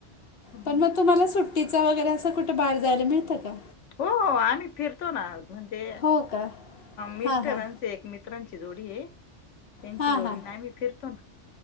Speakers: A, on the left; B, on the left.
A: हं.
B: पण मग तुम्हाला सुट्टीच वगैरे अस कुठ बाहेर जायला मिळत का?
A: हो हो आम्ही फिरतो ना म्हणजे
B: हो का
A: मिस्टरा
B: हां हां
A: एक मित्रांची जोडी आहे त्यांची
B: हां
A: जोडी
B: हां
A: आणि आम्ही फिरतो ना.